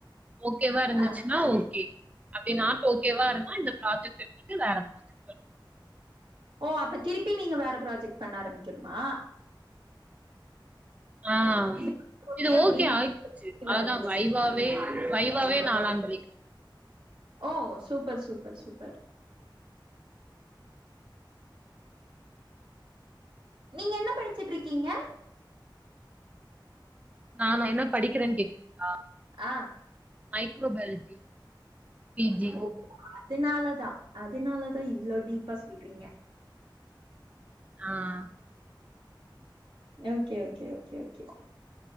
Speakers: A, on the right; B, on the right.
A: ஓகேவா இருந்துச்சுன்னா
B: ஆ
A: ஓகே அப்படின் நாட் ஓகேவா இருந்தா இந்த ப்ராஜெக்ட் விட்டுட்டு வேற ப்ராஜெக்ட் போய்
B: ஓ அப்ப திருப்பி நீங்க வேற ப்ராஜெக்ட் பண்ண ஆரம்பிக்கணுமா
A: ஆஹ்
B: இது
A: இது
B: அப்டின்னா
A: ஓகே ஆகிடுச்சு அதுதான்
B: வேற ப்ராஜெக்ட்
A: வைவாவே வைவாவே நாளான்றி
B: ஓ சூ ப்பர் சூ ப்பர் சூப்பர் நீங்க என்ன படிச்சுட்டு இருக்கீங்க
A: நானா என்ன படிக்கிறேன் கேக்குறீங்களா
B: ஆ
A: மைக்ரோ பயாலஜி பி ஜி
B: ஓ அதனாலதா அதனாலதான் இவ்ளோ டீப்பா சொல்றீங்க
A: ஆஹ்
B: okay okay okay okay